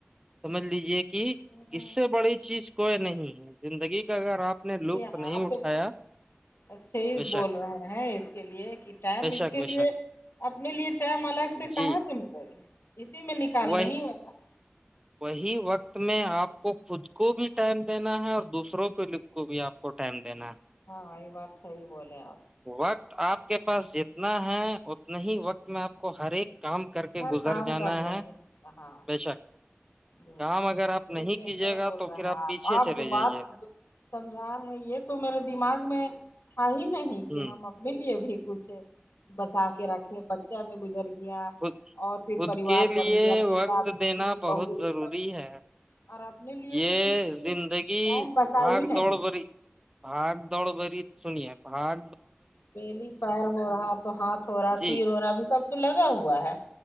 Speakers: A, on the right (about 20°); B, on the left (about 80°).
A: سمجھ لی یہ <unintelligible> کہ
B: ہاں
A: اس سے بڑی چیز کوئی نہیں زندگی کا اگر آپ نے لطف
B: ی آپ
A: نہیں اٹھایا
B: تو بہت اچھے ہی
A: بے
B: بول
A: شک
B: رہے ہیں اس کے لیے کہ ٹائم
A: بے
B: اس
A: شک
B: کے
A: بے
B: لیے
A: شک
B: اپنے لیے ٹائم الگ سے کہاں
A: جی
B: سے ملے گی <unintelligible> اسی میں نکال
A: وہی
B: نہیں ہوگا <unintelligible>
A: وہی وقت میں آپ کو خود کو بھی ٹائم دینا ہے اور دوسروں کے لکھ کو بھی آپ <unintelligible> کو ٹائم دینا
B: ہاں یہ بات صحی بولے آپ <unintelligible>
A: وقت آپ کے پاس جتنا ہے اتنا ہی وقت میں آپ کو ہر ایک کام کر کے
B: ہر
A: گزر
B: کام
A: جانا
B: کرنا
A: ہے
B: رہاں
A: بے شک
B: جسا
A: کام اگر آپ
B: بہت
A: نہیں
B: بہتر
A: کیجیے گا
B: بول
A: تو
B: رہے
A: پھر
B: ہیں
A: پیچھے
B: آپ آپ
A: چلے
B: جو
A: جائیے
B: بات
A: گا
B: سمجھا رہے ہیں یہ تو میرے دماغ میں <inaudible> ہ ہی نہیں
A: ہوں
B: کہ ہم اپنے لیے بھی <unintelligible> پچھے <unintelligible> بچا کے رکھے با میں گزر گیا <unintelligible>
A: خد
B: اور پھر
A: خود
B: پریوار
A: کے لیے
B: بڑھ گیا بیٹا
A: وقت
B: بیٹی
A: دینا بہت
B: بہو
A: ضروری
B: سب
A: ہے
B: اور اپنے لیے
A: یہ
B: تو کچھ ٹائم
A: زندگی
B: بچا
A: بھاگ
B: ہی نہیں
A: دوڑ بھری بھاگ دوڑ بھری سنیے پہاڑ
B: پیلی پیر ہو رہا تو ہاتھ ہو رہا
A: جی
B: سیر ہو رہا ابھی سب <inaudible> تو لگا ہوا ہے